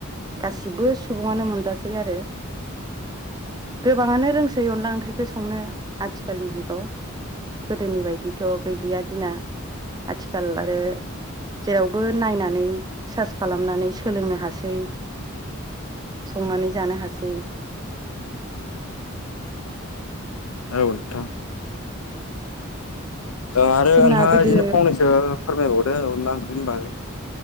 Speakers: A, on the right; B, on the left.
A: गासिबो सुबुङानो मोनजासै आरो। गोबाङानो रोंसै अनला ओंख्रिखौ संनो आथिखालनि जुगाव। गोदोनि बायदिथ' गैलिया दिना। आथिखाल आरो जेरावबो नायनानै सार्च खालामनानै सोलोंनो हासै। संनानै जानो हासै।
B: औ नोंथां। औ आरो
A: जोंना
B: नोंथाङा
A: गोदो
B: बिदिनो फंनैसो फोरमायबावदो अनला ओंखनि बागै।